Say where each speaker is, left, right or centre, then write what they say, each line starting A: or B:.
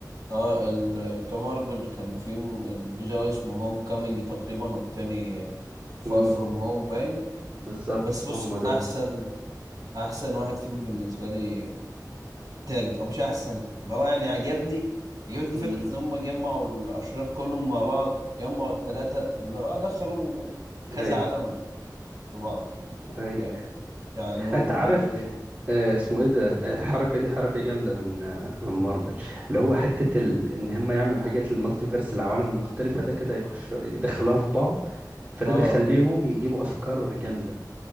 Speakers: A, on the right; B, on the right.
A: اه ال- بتاع مارفل كان في م- الجزء الأول اسمه هوم كامينج تقريبا والتاني فار
B: امم
A: فروم هوم باين
B: بالظبط
A: بس بص
B: هم دول
A: احسن احسن واحد فيهم بالنسبه لي التالت او مش احسن اللي هو يعني عجبني عجبتني
B: امم
A: فكره ان هم جمعوا الاشرار كلهم مع بعض جمعوا التلاته اللي هو دخلوا كذا
B: ايوه
A: عالم في بعض
B: ايوه
A: فاهم بتاع نو
B: انت عارف
A: نو واي
B: آه اسمه ايه ده آه، الحركه دي حركه جامده من آه من مارفل اللي هو حته ال... ان هم يعملوا حاجات المالتي فيرس العوالم المختلفه ده كده يخشوا يدخلوها في بعض فده
A: اه
B: بيخليهم يجيبوا افكار جامده